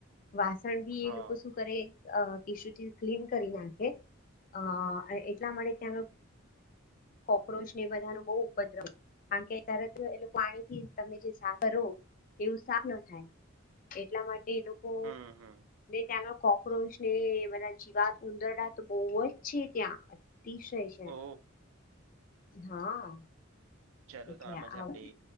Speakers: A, on the left; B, on the right.
A: વાસણ ભી
B: હા
A: એ લોકો શું કરે અ ટીશુથી ક્લીન કરી નાખે અ એટલા માટે ત્યાં આગળ કોક્રોચ ને એ બધાનો બહુ ઉપદ્રવ કારણ કે તરત એ પાણી થી તમે જે સાફ કરો એવું સાફ ન થાય. એટલા માટે એ લોકો
B: હમ હમ
A: ત્યાંનો કોક્રોચ ને જીવાત ઉંદરડા તો બહુ જ છે ત્યાં અતિશય છે.
B: ઓ
A: હા.
B: ચાલો
A: એટલે
B: તો આમ જ
A: આવું
B: આપણે